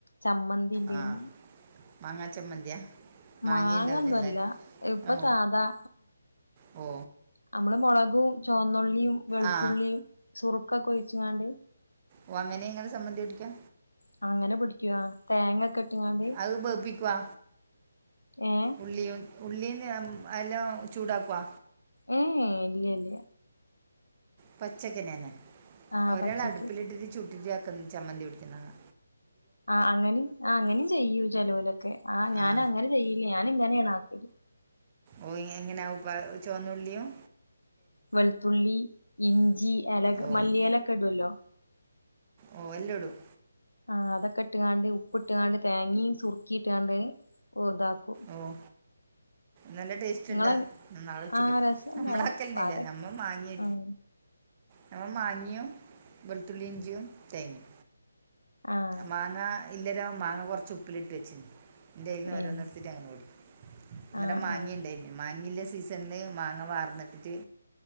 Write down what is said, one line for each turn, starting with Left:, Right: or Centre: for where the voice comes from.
Left: ചമ്മന്തിണ്ടേനി.
Right: ആ മാങ്ങാ ചമ്മന്തിയാ മാങ്ങയുണ്ടാവില്ലല്ലേ
Left: മാങ്ങന്നുംല്ല ഇപ്പൊ
Right: ഓ
Left: സാദാ
Right: ഓ.
Left: അമ്മള് മൊളകുംചോന്നുള്ളിം വെളുത്തുള്ളിം
Right: ആ
Left: സുറുക്കൊക്കെ ഒഴിച്ചിങ്ങാണ്ട്.
Right: ഓ അങ്ങനെ ഇങ്ങനെ സംബന്ധി പൊടിക്കാ?
Left: ആ അങ്ങനെ പിടിക്കുവാ തേങ്ങ ഒക്കെ ഇട്ട്ങ്ങാണ്ട്.
Right: അഅ് ബഅ്പ്പിക്കുവാ.
Left: ഏഹ്?
Right: ഉള്ളിയോ ഉള്ളിംതേ അതെല്ലാം ചൂടാക്കോ?
Left: ഏഹേ ഇല്ല്യ ല്ല്യ
Right: പച്ചക്കനന്നെ
Left: ആ
Right: ഒരാൾ
Left: പച്ചക്ക്
Right: അടുപ്പിലിട്ടിട്ട് ചുട്ടിട്ട് ആക്കുന്ന ചമ്മന്തി പിടിക്കിന്നെ കാണാ.
Left: ആഹ് അങ്ങനിം ആഹ് അങ്ങനിം ചെയ്യു ചെലോലൊക്കെ ആഹ് ഞാൻ
Right: ആ
Left: അങ്ങനെ ചെയ്യില്ല ഞാൻ ഇങ്ങനേണ് ആക്കല്.
Right: ഓഹ് എങ്ങനാവും പ ചോന്നുള്ളിയും.
Left: വെളുത്തുള്ളി ഇഞ്ചി എലക്
Right: ഓ
Left: മല്ലി യെലൊക്കെ ഇടുവല്ലോ?
Right: ഓഹ് എല്ലടും.
Left: ആഹ് അതൊക്കെ ഇട്ട്ങ്ങാണ്ട് ഉപ്പ് ഇട്ട് ങ്ങാണ്ട് തേങ്ങിം സുർക്കിം ഇട്ട്ങ്ങാണ്ട് ഇതാക്കും.
Right: ആഹ്. നല്ല ടേസ് ച്ച്ന്താ
Left: ഇങ്ങളെ
Right: നാളെ ഉച്ചക്ക്
Left: ആഹ് രസണ്ടാവും
Right: നമ്മള ആക്കലന്നില്ല
Left: അതൊക്കെ
Right: നമ്മൾ മാങ്ങി
Left: ആഹ്
Right: നമ്മൾ മാങ്ങ്യും വെളുത്തുള്ളി ഇഞ്ച്യും തേങ്ങിം.
Left: ആഹ്
Right: മാങ്ങാ ഇല്ലരോ മാങ്ങ കുറച്ച് ഉപ്പിലിട്ട് വച്ചിണ്. ൻ്റെയിൽ നിന്ന് ഓരോന്ന്
Left: ഏഹ്
Right: ഇട്ത്തിട്ട് അങ്ങന <unintelligible> ഇന്നരം
Left: ആഹ്
Right: മാങ്ങീണ്ടായിനി.
Left: ആഹ്
Right: മാങ്ങീല്ല സീസൺല് മാങ്ങ വാർന്നിട്ടിട്ട്.